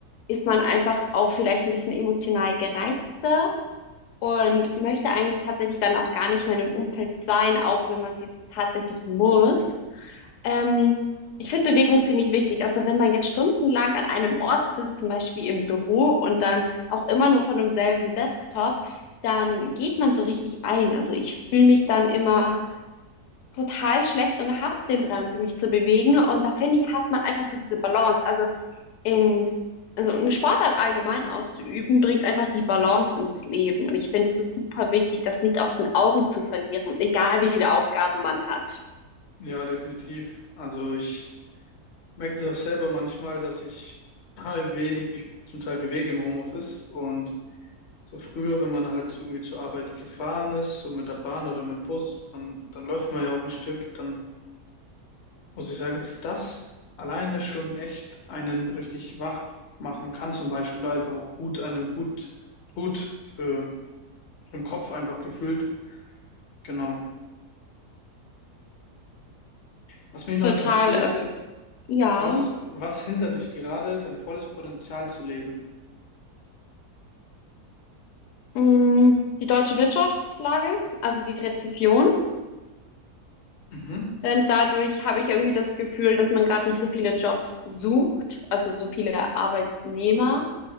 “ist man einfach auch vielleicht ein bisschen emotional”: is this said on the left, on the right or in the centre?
Left